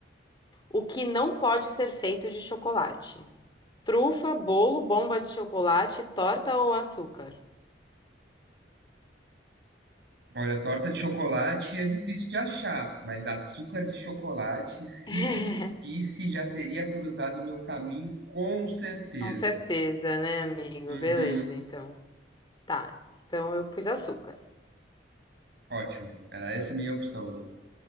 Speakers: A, on the left; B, on the right.
A: O que não pode ser feito de chocolate? Trufa, bolo, bomba de chocolate, torta ou açúcar?
B: Olha, torta de chocolate é difícil de achar, mas açúcar de chocolate, se
A: <laughs>
B: existisse, já teria cruzado o meu caminho com certeza.
A: Com certeza, né, amigo?
B: Uhum.
A: Beleza, então. Tá. Então eu pus açúcar.
B: Ótimo. Era essa a minha opção mesmo.